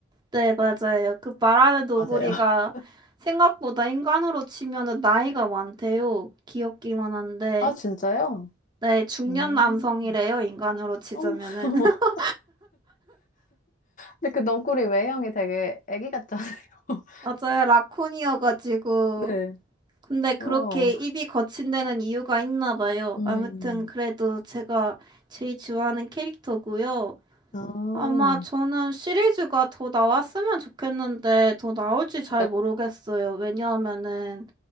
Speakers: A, on the right; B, on the left.
A: 네, 맞아요. 그 말하는 노구리가
B: 맞아요. <laughs>
A: 생각보다 인간으로 치면은 나이가 많대요. 귀엽기만 한데.
B: 아, 진짜요?
A: 네, 중년
B: 오.
A: 남성이래요.
B: 음,
A: 인간으로 치자면은.
B: <laughs>
A: <laughs>
B: 뭐. 근데 그 너구리 외형이 되게 애기 같잖아요. <laughs>
A: 맞아요. 라쿤이어가지고.
B: 네.
A: 근데 그렇게
B: 어.
A: 입이 거친 데는 이유가 있나 봐요.
B: 음.
A: 아무튼 그래도 제가 제일 좋아하는 캐릭터고요.
B: 아.
A: 아마 저는 시리즈가 더 나왔으면 좋겠는데 더 나올지 잘
B: 네.
A: 모르겠어요. 왜냐하면은